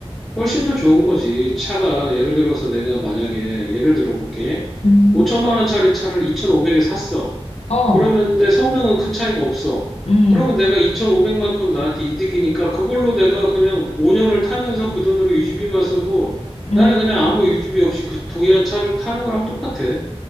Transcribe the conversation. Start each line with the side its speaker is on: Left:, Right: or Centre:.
Centre: 훨씬 더 좋은 거지. 차가 예를 들어서 내가 만약에 예를 들어 볼게.
Left: 음,
Centre: 5천만 원짜리 차를 2,500에 샀어.
Left: 어,
Centre: 그러면 내 성능은 큰 차이가 없어.
Left: 음,
Centre: 그러면 내가 2,500만큼 나한테 이득이니까 그걸로 내가 그냥 5년을 타면서 그 돈으로 유지비만 써도
Left: 음.
Centre: 나는 그냥 아무 유지비 없이 그 동일한 차를 타는 거랑 똑같아.